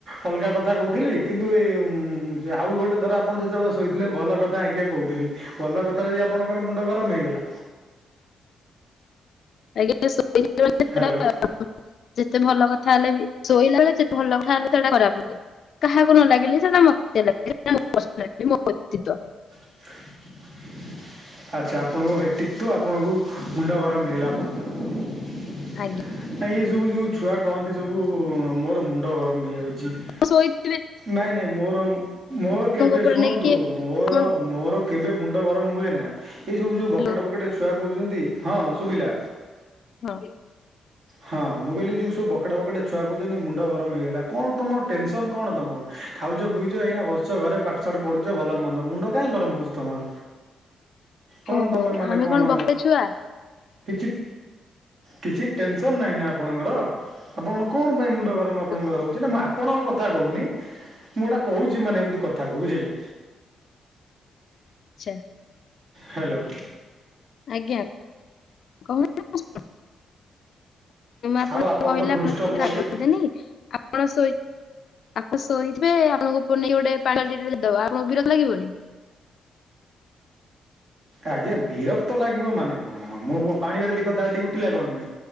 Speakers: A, on the right; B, on the left.
A: ଅଲଗା କଥା କହୁଥିଲି। କିନ୍ତୁ ଏ ଆଉ ଗୋଟେ ଥର ଆପଣ ଯେତେବେଳେ ଶୋଇଥିଲେ ଭଲ କଥା ଆଜ୍ଞା କହୁଥିଲି। ଭଲ କଥାରେ ବି ଆପଣଙ୍କର ମୁଣ୍ଡ ଗରମ ହେଇଗଲା।
B: ଆଜ୍ଞା <unintelligible>
A: ହ୍ୟାଲୋ
B: ଯେତେ ଭଲ କଥା ହେଲେ ବି ଶୋଇଲା ବେଳେ ଯେତେ ଭଲ କଥା ହେଲେ ସେଟା ଖରାପ ଲାଗେ। କାହାକୁ ନ ଲାଗିଲେ ସେଟା ମତେ ଲିଲ ମୋ ବ୍ୟତିତ।
A: <inaudible> ଆଚ୍ଛା ଆପଣଙ୍କ ବ୍ୟକ୍ତିତ୍ଵ ଆପଣଙ୍କୁ ମୁଣ୍ଡ ଗରମ ହେଲା ଆପଣଙ୍କର।
B: ଆଜ୍ଞା।
A: ଏଇ ସବୁ ଯୋଉ ଛୁଆ କହନ୍ତି ସବୁ ମୋର ମୁଣ୍ଡ ଗରମ ହେଇଯାଉଛି।
B: ଶୋଇଥିଲେ।
A: ନାଇଁ ନାଇଁ ମୋର ମୋର କେବେ
B: ଉପରେ
A: ଶୁଣନ୍ତୁ
B: ନେଇକି କିଏ
A: ମୋର
B: କଣ
A: ମୋର। କେବେ ମୁଣ୍ଡ ଗରମ ହୁଏ ନା ଏଇସବୁ ଯେଉଁ
B: ହ୍ୟାଲୋ
A: ବକେଟ ବକେଟ ଛୁଆ କହୁଛନ୍ତି ହଁ ଶୁଭିଲା।
B: ହଁ।
A: ହଁ ମୁଁ କହିଲି ଯଉବୁ ବକେ ବକେଡେ ଛୁଆ କହୁଛନ୍ତି ମୁଣ୍ଡ ଗରମ ହେଇଗଲା କଣ ତମର ଟେନସନ କଣ ତମର। ଖାଉଛ ପିଉଛ ଏଇନା ବସଛ ଘରେ ପାଠଶାଠ ପଢୁଛ ଭଲ ମନ୍ଦ ମୁଣ୍ଡ କାାଇଁ ଗରମ ହଉଛି ତମର। କଣ
B: ଓହୋ
A: ତମେ ମାନେ
B: ଆମେ
A: କଣ?
B: ବକେଟେ ଛୁଆ
A: କିଛି କିଛି ଟେନସ ନାହିଁ ଆପଣଙ୍କର। ଆପଣ କଣ ପାଇଁ ମୁ ଗରମ ଆପଣଙ୍କର
B: ଓହୋ
A: ରହୁଛି ନା। ମୁଁ ଆପଣଙ୍କ କ କଥା କହୁନି ମୁଁ ହେଟା କହୁଛି ମାନେ ଏମତି କଥାକୁ ବୁଝିଲେ।
B: ଆଛା।
A: ହାଲୋ।
B: ଆଜ୍ଞା କହୁନ ମୁଁ ଆପଣ
A: ଆଉ
B: କହିଲେ
A: ତ ଫୁଲ
B: ଆପଣ
A: ଷ୍ଟପ୍
B: କେବେ
A: ଲଗେ
B: ରାଗନ୍ତିନି। ଆପଣ ସୋଇ ଆପଣ ସୋଇଥିବେ ଆପଣଙ୍କ ଉପ ନେଇ ଗୋଟେ ବା ଆପଣଙ୍କୁ ବିରକ୍ତ ଲାଗିବନି।
A: ଆଜ୍ଞା ବିରକ୍ତ ଲାଗିବ ମାନେ କଣ? ମୁ କଣ ପାଣି ବାଲ୍ଟି କଥା ଏଠି ଉଠିଲା କଣ ପାଇଁ।